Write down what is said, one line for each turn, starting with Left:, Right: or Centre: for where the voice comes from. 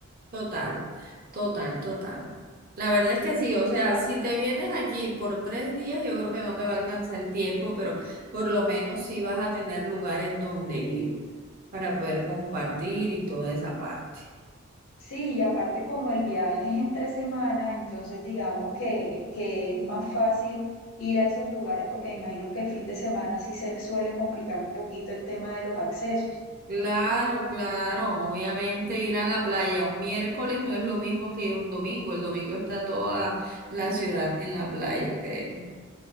Right: Total, total, total. La verdad es que sí, o sea, si te vienes aquí por tres días, yo creo que no te va a alcanzar el tiempo, pero por lo menos sí vas a tener lugares donde ir para poder compartir y toda esa parte.
Left: Sí, y aparte como el viaje es entre semana, entonces digamos que, que es más fácil ir a esos lugares porque me imagino que el fin de semana sí se suele complicar un poquito el tema de los accesos.
Right: Claro, claro, obviamente ir a la playa un miércoles no es lo mismo que ir un domingo, el domingo está toda la ciudad en la playa, créeme.